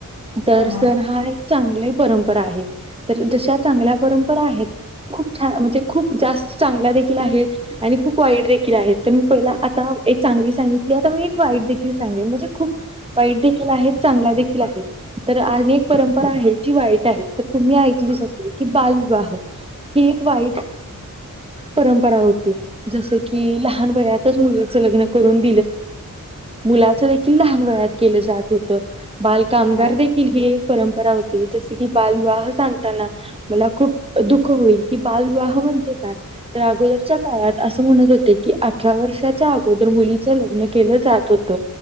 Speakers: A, on the right; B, on the left.
A: तरर्
B: हो मॅम
A: सण हाय चांगली परंपरा आहे तर जशा चांगल्या परंपरा आहेत खूप छान म्हणजे खूप जास्त चांगला देखील आहेत आणि खूप वाईट देखील आहेत तर मी पहिला आता एक चांगली सांगितली आता मी एक देखील सांगेन म्हणजे खूप वाईट देखील आहे चांगला देखील आहे तर अ एक परंपरा आहे जी वाईट आहे तर तुम्ही ऐकलीच असेल की बालविवाह ह एक वाईट परंपरा होती जस की लहान वयातच मुलीच लग्न करून मुलाच देखील लहान वयात के जात होत बालकामगारील
B: हो
A: एक परंपरा होती जस की बालविवाह सांगताना मला खूप दुःख होईल की बा म्हणजे काय अगोदरच्या काळात अस म्हणत होते की अठरा वर्षाच्या अगोदर मुली ति लग्न केलं जात होत